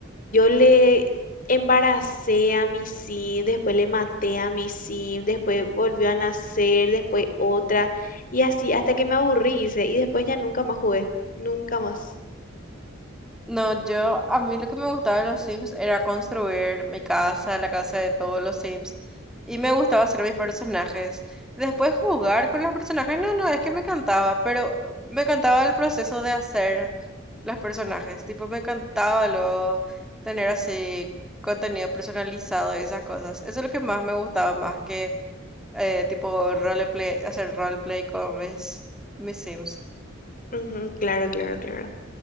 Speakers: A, on the left (about 45°); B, in the centre.
A: yo le embaracé a mi sim, después le maté a mi sim, después volvió a nacer, después otra, y así hasta que me aburrí, hice, y después ya nunca más jugué, nunca más.
B: No, yo, a mí lo que me gustaba de los Sims era construir mi casa, la casa de todos los Sims, y me gustaba hacer mis personajes. Después jugar con los personajes, no, no, es que me encantaba, pero me encantaba el proceso de hacer los personajes, tipo, me encantaba lo, tener así contenido personalizado y esas cosas. Eso es lo que más me gustaba, más que eh, tipo roleplay, hacer roleplay con mis, mis Sims.
A: Ujú, claro, claro, claro.